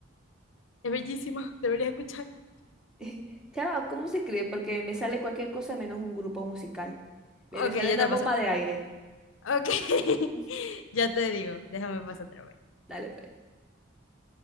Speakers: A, on the left; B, in the centre.
A: Es bellísima, deberías escucharla.
B: <laughs> Chava, ¿cómo se escribe? Porque me sale cualquier cosa menos un grupo musical. Me
A: Ok,
B: me sale
A: ya
B: una
A: te lo
B: bomba
A: paso.
B: de aire.
A: Ok, <laughs>
B: <laughs>
A: ya te digo, déjame pasar otra vez.
B: Dale, pues.